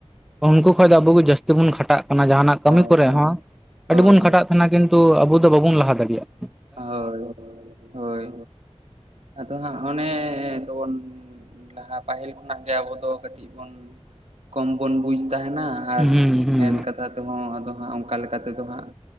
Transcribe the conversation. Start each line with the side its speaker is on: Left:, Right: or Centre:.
Centre: ᱩᱱᱠᱩ ᱠᱷᱚᱡ ᱫᱚ ᱟᱵᱚ ᱡᱟᱹᱥᱛᱤ ᱵᱚᱱ ᱠᱷᱟᱴᱟᱜ ᱠᱟᱱᱟ᱾ ᱡᱟᱦᱟᱱᱟᱜ ᱠᱟᱹᱢᱤ
Right: ᱦᱳᱭ
Centre: ᱠᱚᱨᱮ ᱦᱚᱸ
Right: ᱦᱳᱭ
Centre: ᱟᱹᱰᱤ ᱵᱚᱱ ᱠᱷᱟᱴᱟᱜ ᱠᱟᱱᱟ ᱠᱤᱱᱛᱩ ᱾ ᱛᱚ ᱟᱵᱚ ᱫᱚ ᱵᱟᱵᱩᱱ ᱞᱟᱦᱟ ᱫᱟᱲᱮᱭᱟᱜᱼᱟ ᱾
Right: ᱦᱳᱭ ᱦᱳᱭ, ᱟᱫᱚ ᱦᱟᱸᱜ ᱚᱱᱮ ᱛᱚᱵᱚᱱ ᱞᱟᱦᱟ ᱯᱟᱹᱦᱤᱞ ᱠᱷᱚᱱᱟᱜ ᱜᱮ ᱟᱵᱚ ᱫᱚ ᱠᱟᱹᱴᱤᱡ ᱵᱩᱱ ᱠᱚᱢ ᱵᱚᱱ ᱵᱩᱡ ᱛᱟᱦᱮᱱᱟ ᱾ ᱟᱨ
Centre: ᱦᱩᱸ ᱦᱩᱸ
Right: ᱢᱮᱱ ᱠᱟᱛᱷᱟ ᱛᱮᱦᱚᱸ ᱟᱫᱚ ᱦᱟᱸᱜ ᱚᱱᱠᱟ ᱞᱮᱠᱟᱛᱮᱫᱚ ᱦᱟᱸᱜ